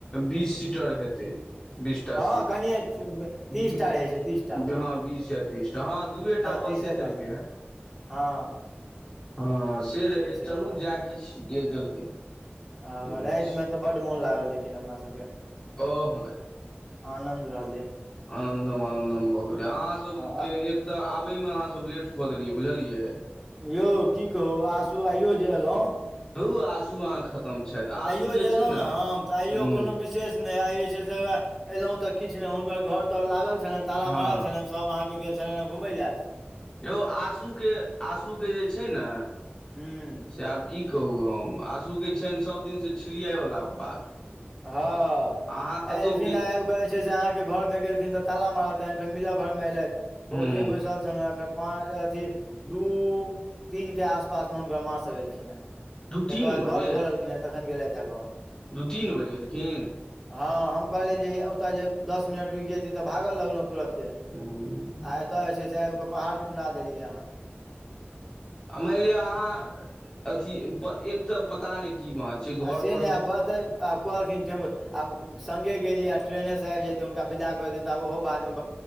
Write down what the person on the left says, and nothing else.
बीस सीटर हेतै बीसटा
सीट
बी
हँ बीस या तीस तऽ हँ दूए टा
बसे
देलकै हें
हँ से रहै
चलू
जाएह किछ जे देलकै
बुझै
छी
ओह
आनंदम आनन्दम भऽ गेलै अहाँ सबके
एक तऽ आबै मे अहाँ सब लेट कऽ देलियै बुझलियै
धु आसु अहाँ खतम छथि आँसू
छै ने
हूँ
हँ
यौ आसूके आसूके जे छै ने
से आब की कहू हम आँसूके छनि सब दिनसँ छिड़ियाइवला बात
अहाँ कतहु
गे
हूँ
दू
तीन
बजे
दू तीन बजे एलखिन
हूँ
आ मान लिअ अहाँ अथी एक तऽ पता नै की बात छै घरपर